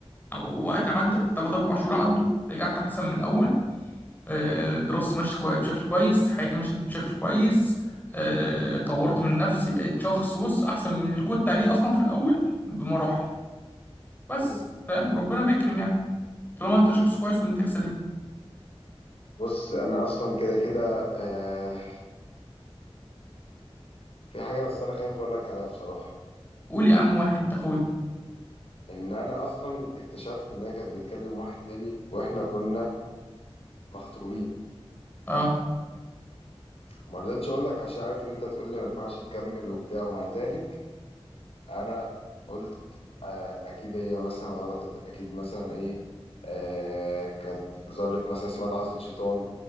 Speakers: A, on the left; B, on the left.
A: أو- وقت عدى تلات أربع شهور عدوا رجعت أحسن من الأول آه، دراستي ماشية كوي- بشكل كويس حياتي ماشية بشكل كويس آه، طورت من نفسي بقيت شخص بص أحسن من اللي كنت عليه أصلا في الأول بمراحل بس
B: مم.
A: فاهم وربنا بيكرم يعني طالما أنت شخص كويس ونيتك سليمة
B: بص انا اصلا كده كده آه في حاجه بس انا خايف اقول لك عليها بصراحه
A: قول يا عم واحد أنت أخويا
B: ان انا اصلا اكتشفت ان هي كانت بتكلم واحد تاني واحنا كنا مخطوبين
A: أه
B: ما رضيتش اقول لك عشان عارف ان انت هتقول لي ما ينفعش تكمل وبتاع ومع ذلك انا قلت آه اكيد هي مثلا غلطت اكيد مثلا ايه آه كانت ذره مثلا اسمها لحظه شيطان